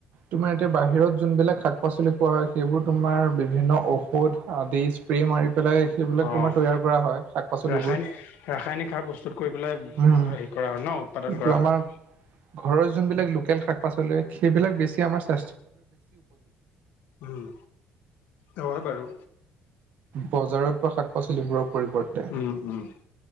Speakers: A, on the right (about 60°); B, on the left (about 75°).
A: তোমাৰ এতিয়া বাহিৰত যোনবিলাক শাক পাচলি পোৱা হয়, সেইবোৰ তোমাৰ বিভিন্ন ঔ ঔষধ আদি স্প্ৰে মাৰি পেলাই সেইবিলাক
B: অ',
A: তোমাৰ তৈয়াৰ কৰা হয় শাক পাচলিবোৰ
B: ৰাসায়নিক ৰাসায়নিক সাৰ প্ৰস্তুত কৰি পেলাই হেৰি
A: উম
B: কৰা হয়, ন? উৎপাদন
A: কিন্তু
B: কৰা
A: আমাৰ
B: হয়।
A: ঘৰৰ যোনবিলাক লোকেল শাক পাচলি সেইবিলাক বেছি আমাৰ চা
B: উম। হয়, বাৰু
A: বজাৰত পোৱা শাক পাচলিবোৰৰ পৰিৱৰ্তে
B: উম, উম।